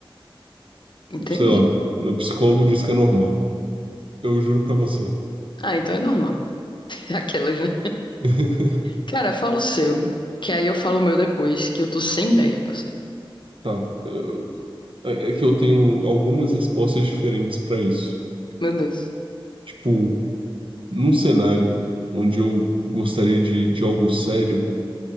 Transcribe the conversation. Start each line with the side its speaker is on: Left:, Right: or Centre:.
Left: entendi.
Right: Sei lá, meu psicólogo diz que é normal. Eu juro pra você.
Left: Ah, então é normal. <laughs> Aquelas, né?
Right: <laughs>
Left: Cara, fala o seu, que aí eu falo o meu depois, que eu tô sem ideia, parceiro.
Right: Tá. eu- É é que eu tenho algumas respostas diferentes pra isso.
Left: Meu Deus.
Right: Tipo, num cenário onde eu gostaria de, de algo sério,